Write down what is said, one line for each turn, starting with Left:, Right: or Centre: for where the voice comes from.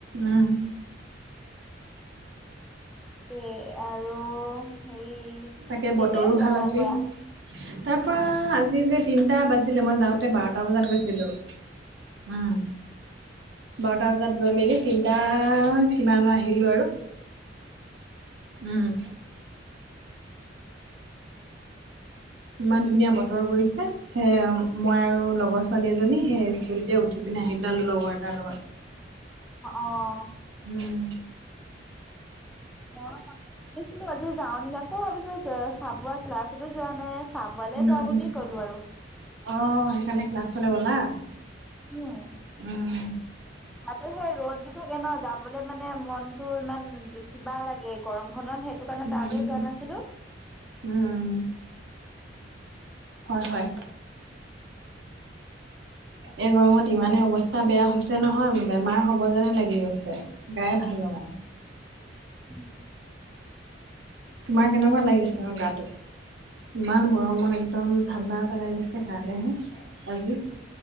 Right: উম।
Centre: এ, আৰু হেৰি
Right: তাকে,
Centre: কেতিয়া
Right: বতৰো
Centre: আহিলা
Right: ভাল
Centre: তাৰ
Right: আজি।
Centre: পৰা?
Right: তাৰপৰা
Centre: অ'।
Right: আজি যে, তিনটা বাজিলে মই যাওঁতে, বাৰটা বজাত গৈছিলোঁ। উম! বাৰটা বজাত গৈ মেলি, তিনিটা কিমানত আহিলোঁ আৰু। উম! ইমান ধুনীয়া বতৰ কৰিছে! সেই আৰু মই আৰু লগৰ ছোৱালী এজনী, সেই স্কুটিতে উঠি পিনে, আহি পেলালোঁ, লগৰ এটাৰ লগত।
Centre: অ'!
Right: হম।
Centre: মই তাকে ভাবিছিলোঁ আজি যাওঁ নেকি, আকৌ ভাবিছোঁ চাব ক্লাছতো যোৱা নাই। চাবুৱালে
Right: উম',
Centre: যাওঁ
Right: উম'।
Centre: বুলি গ'লো আৰু।
Right: অহ, সেইকাৰণে ক্লাছলে নগলা।
Centre: উম,
Right: উম।
Centre: তাতো সেই ৰ'দ দি থাকে ন' যাবলৈ মানে মনটো ইমান কিবা লাগে, গৰম খনত সেইটো কাৰণে
Right: উম-উম-উম',
Centre: তালৈ যোৱা নাছিলো।
Right: উম-উম', হয়-হয়।
Centre: বাকী
Right: এই গৰমত ইমানে
Centre: এনে
Right: অৱস্থা বেয়া হৈছে নহয়, বেমাৰ হ'ব যেনে লাগি গৈছে। গাই ভাল লগা নাই।
Centre: উম।
Right: তোমাৰ কেনেকুৱা লাগিছে ন' গাটো, ইমান গৰমত একদম ঠাণ্ডা পেলাই দিছে কাৰণেহে আজি।